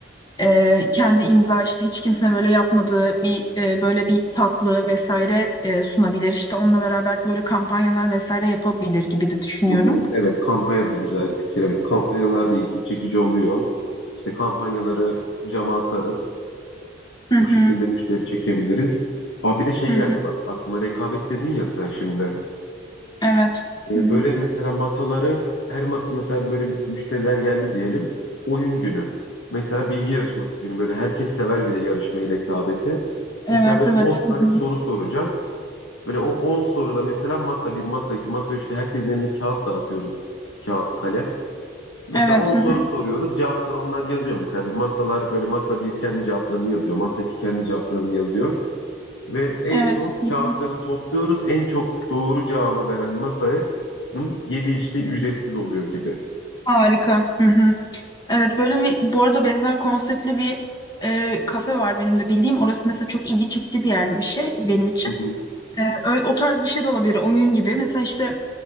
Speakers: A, on the left; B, on the left.
A: E, kendi imza işte hiç kimse böyle yapmadığı bir e, böyle bir tatlı vesaire e, sunabilir. İşte onunla beraber böyle kampanyalar vesaire yapabilir gibi de düşünüyorum.
B: Hı hı. Evet kampanya da güzel bir fikir. Evet kampanyalar da ilgi çekici oluyor. İşte kampanyaları cama asarız.
A: Hı
B: O şekilde
A: hı,
B: müşteri çekebiliriz. Aa, bir de şey
A: hı
B: geldi
A: hı.
B: bak aklıma rekabet dedin ya sen şimdi.
A: Evet.
B: Ee,
A: Hı hı.
B: böyle mesela masaları her masa mesela böyle müşteriler geldi diyelim. Oyun günü. Mesela bilgi yarışması günü böyle herkes sever bir de yarışmayı rekabeti.
A: Evet,
B: Mesela böyle
A: evet.
B: 10 tane
A: Hı hı.
B: soru soracağız. Böyle o 10 soruda mesela masa bir masa iki masa üçte herkesin eline kağıt dağıtıyoruz. Kağıt, kalem. Mesela
A: Evet,
B: 10 soru
A: hı hı.
B: soruyoruz. Cevapları onlar yazıyor. Mesela masalar böyle masa bir kendi cevaplarını yazıyor. Masa 2 kendi cevaplarını yazıyor. Ve en
A: Evet.
B: son
A: Hı hı.
B: kağıtları topluyoruz. En çok doğru cevabı veren masaya yedi içtiği ücretsiz oluyor gibi.
A: Harika. Hı hı. Evet böyle bir bu arada benzer konseptli bir e, kafe var benim de bildiğim. Orası mesela çok ilgi çekici bir yerde bir şey benim için.
B: Hı hı,
A: E, ö- o tarz bir şey de olabilir oyun gibi. Mesela işte